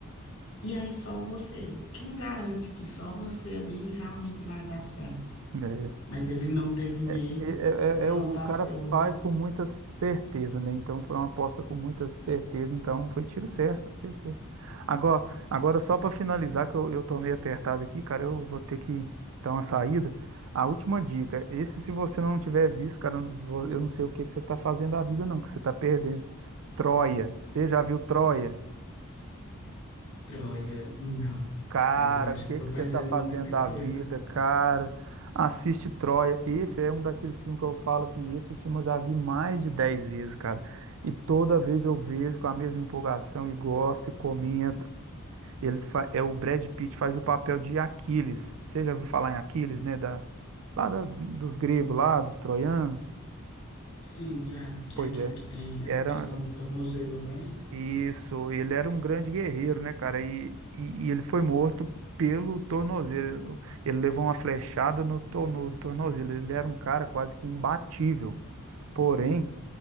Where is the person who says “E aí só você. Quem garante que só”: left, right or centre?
Left